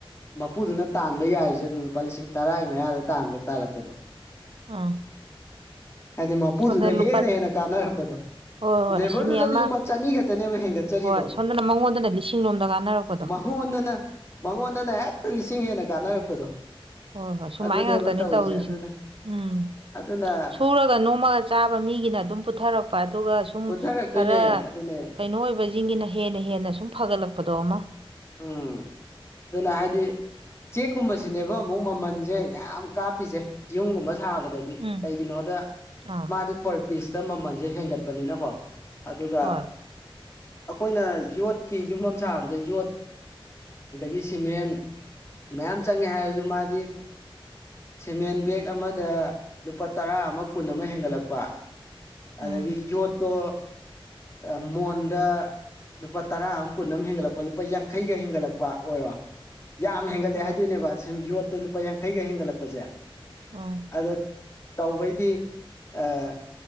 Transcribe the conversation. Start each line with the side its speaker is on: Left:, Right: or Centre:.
Left: ꯃꯄꯨꯗꯨꯅ ꯇꯥꯟꯕ ꯌꯥꯔꯤꯖꯦ ꯑꯗꯨꯗ ꯂꯨꯄꯥ ꯂꯤꯁꯤꯡ ꯇꯔꯥꯏ ꯃꯌꯥꯗ ꯇꯥꯟꯕ ꯇꯥꯜꯂꯛꯄꯗꯣ
Right: ꯑꯥ
Left: ꯍꯥꯏꯗꯤ ꯃꯄꯨꯗꯨꯅ
Right: ꯁꯣꯝꯗ ꯂꯨꯄꯥ
Left: ꯍꯦꯟꯅ ꯍꯦꯟꯅ ꯀꯥꯟꯅꯔꯛꯄꯗꯣ
Right: ꯍꯣꯏ ꯍꯣꯏ
Left: ꯂꯦꯕꯔꯗꯨꯗꯗꯤ
Right: ꯑꯁꯤꯅꯤ ꯑꯃ
Left: ꯂꯨꯄꯥ ꯆꯅꯤ ꯈꯛꯇꯅꯦꯕ ꯍꯦꯟꯒꯠꯆꯔꯤꯗꯣ
Right: ꯍꯣꯏ ꯁꯣꯝꯗꯅ ꯃꯉꯣꯟꯗꯅ ꯂꯤꯁꯤꯡ ꯂꯣꯝꯗ ꯀꯥꯟꯅꯔꯛꯄꯗꯣ
Left: ꯃꯥ ꯍꯣꯟꯗꯅ ꯃꯉꯣꯟꯗꯅ ꯍꯦꯛꯇ ꯂꯤꯁꯤꯡ ꯍꯦꯟꯅ ꯀꯥꯟꯅꯔꯛꯄꯗꯣ
Right: ꯍꯣꯏ ꯍꯣꯏ ꯁꯨꯃꯥꯏ
Left: ꯑꯗꯨꯅꯦꯕ
Right: ꯉꯥꯛꯇꯅꯦ ꯇꯧꯔꯤꯁꯦ
Left: ꯑꯗꯨꯅ
Right: ꯎꯝ
Left: ꯑꯗꯨꯅ
Right: ꯁꯨꯔꯒ ꯅꯣ ꯑꯝꯃꯒ ꯆꯥꯕ ꯃꯤꯒꯤꯅ ꯑꯗꯨꯝ ꯄꯨꯊꯔꯛꯄ ꯑꯗꯨꯒ ꯁꯨꯝ
Left: ꯄꯨꯊꯔꯛꯇꯣꯏꯅꯦ
Right: ꯈꯔ
Left: ꯑꯗꯨꯅꯦ
Right: ꯀꯩꯅꯣ ꯑꯣꯏꯕꯩ ꯆꯤꯡꯒꯤꯅ ꯍꯦꯟꯅ ꯍꯦꯟꯅ ꯁꯨꯝ ꯐꯒꯠꯂꯛꯄꯗꯣ ꯑꯃꯥ
Left: ꯎꯝ ꯗꯨꯅ ꯍꯥꯏꯗꯤ ꯆꯦꯛꯀꯨꯝꯕꯁꯤꯅꯦꯕ ꯑꯃꯨꯛ ꯃꯃꯟꯖꯦ ꯌꯥꯝ ꯀꯥꯞꯄꯤꯁꯦ ꯌꯨꯝꯒꯨꯝꯕ ꯁꯥꯕ ꯗꯗꯤ
Right: ꯎꯝ
Left: ꯀꯩꯒꯤꯅꯣꯗ
Right: ꯑꯥ
Left: ꯃꯥꯗꯤ ꯄꯔ ꯄꯤꯁꯇ ꯃꯃꯟꯁꯦ ꯍꯦꯟꯒꯠꯄꯅꯤꯅꯀꯣ ꯑꯗꯨꯒ
Right: ꯍꯣꯏ
Left: ꯑꯈꯣꯏꯅ ꯌꯣꯠꯀꯤ ꯌꯨꯝ ꯑꯝ ꯁꯥꯕꯗ ꯌꯣꯠ ꯑꯗꯒꯤ ꯁꯤꯃꯦꯟ ꯃꯌꯥꯝ ꯆꯪꯉꯦ ꯍꯥꯏꯔꯁꯨ ꯃꯥꯗꯤ ꯁꯤꯃꯦꯟ ꯕꯦꯛ ꯑꯃꯗ ꯂꯨꯄꯥ ꯇꯔꯥ ꯑꯃ ꯀꯨꯟ ꯑꯃ ꯍꯦꯟꯒꯠꯂꯛꯄ
Right: ꯎꯝ
Left: ꯑꯗꯒꯤ ꯌꯣꯠ ꯇꯣ ꯑ ꯃꯣꯟꯗ ꯂꯨꯄꯥ ꯇꯔꯥ ꯑꯝ ꯀꯨꯟ ꯑꯃ ꯍꯦꯟꯒꯠꯂꯛꯄ ꯂꯨꯄꯥ ꯌꯥꯡ ꯈꯩꯒ ꯍꯦꯟꯒꯠꯂꯛꯄ ꯑꯣꯏꯔꯣ ꯌꯥꯝ ꯍꯦꯟꯒꯠꯂꯦ
Right: ꯍꯣꯏ
Left: ꯍꯥꯏꯗꯣꯏꯅꯦꯕ ꯁꯨꯝ ꯌꯣꯠ ꯇ ꯂꯨꯄꯥ ꯌꯥꯡꯈꯩꯒ ꯍꯦꯟꯒꯠꯂꯛꯄꯁꯦ
Right: ꯑꯣꯝ
Left: ꯑꯗꯣ ꯇꯧꯕꯩꯗꯤ ꯑꯥ